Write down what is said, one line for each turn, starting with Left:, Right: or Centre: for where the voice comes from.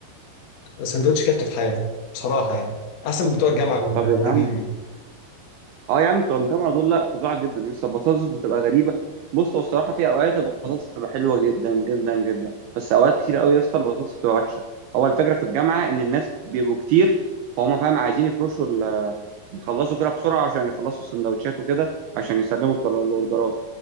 Left: سندوتش كلته في حياتي بصراحه يعني احسن من بتوع الجامعه المريبين
Right: طب يا عم
Left: دول
Right: اه يا عم بتوع الجامعه دول لا فظاع جدا يعني لسه البطاطس بتبقى غريبه بص هو الصراحه في اوقات البطاطس بتبقى حلوه جدا جدا جدا بس اوقات كتير قوي يا اسطى البطاطس بتبقى وحشه هو الفكره في الجامعه ان الناس بيبقوا كتير فهم فاهم عايزين يكروشوا ال- يخلصوا كده بسرعه عشان يخلصوا السندوتشات وكده عشان يسلموا الطل- الاوردرات